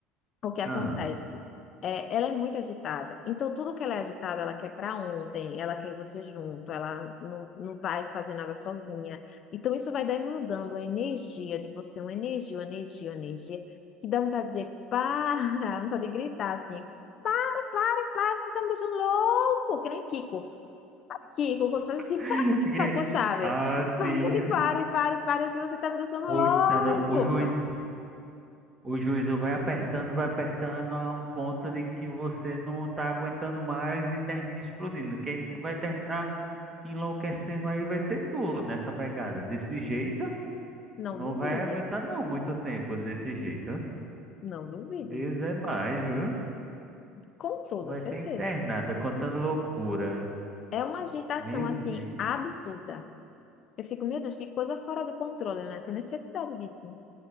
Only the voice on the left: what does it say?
O que acontece?
É, ela é muito agitada. Então, tudo que ela é agitada, ela quer para ontem, ela quer você junto, ela não, não vai fazer nada sozinha. Então, isso vai demandando a energia de você, uma energia, uma energia, uma energia, que dá vontade de dizer, para, <laughs> vontade de gritar assim, para, para, você está me deixando louco, que nem Kiko. Kiko, quando faz
assim, <laughs> para,
para, com chave.
Pare,
pare, pare, pare, assim, você está me deixando
louco.
Pronto,
não
duvide,
não duvide,
com toda
certeza.
É uma agitação,
assim,
absurda. Eu fico, meu Deus, que coisa fora de controle, né? Tem necessidade disso.